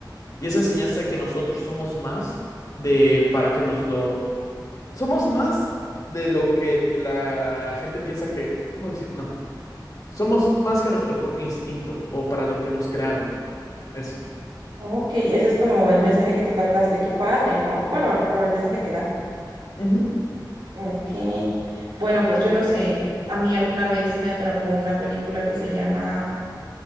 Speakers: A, on the left; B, on the right.
A: Y esa enseñanza de que nosotros somos más de, para que nos lo, somos más de lo que la gente piensa que, ¿cómo decir? No, somos más que nuestro propio instinto o para lo que nos crearon. Eso.
B: ok, ese es como el mensaje que tú captaste, qué padre, ¿no? Bueno, o el mensaje que da.
A: Ujú.
B: Ok, bueno, pues yo no sé, a mí alguna vez me atrapó una película que se llama,